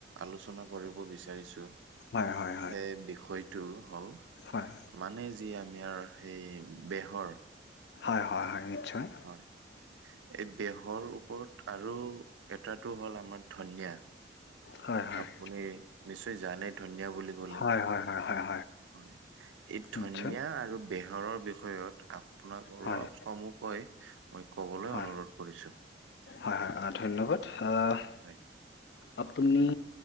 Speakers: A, on the right; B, on the left.
A: আলোচনা কৰিব বিচাৰিছো-
B: হয় হয়
A: সেই বিষয়টো হ'ল, -
B: হয়।
A: মানে যি আমাৰ সেই বেহৰ-
B: হয় হয় হয়, নিশ্চয়।
A: হয়, এই বেহৰ ওপৰত আৰু এটাটো হ'ল আমাৰ ধনিয়া।
B: হয় হয়
A: আপুনি নিশ্চয় জানে ধুনীয়া বুলি- কলে
B: হয় হয় হয় হয়
A: হয়, এ
B: নিশ্চয়
A: ধন্যা আৰু বেহ- হৰৰ বিষয়ত আপোনাক অলপ
B: হয়
A: চমুকৈ মই ক'বলৈ
B: হয়
A: অনুৰোধ কৰিছোঁ।
B: হয় হয়, ধন্যবাদ। অ'-
A: হয়,
B: আপুনি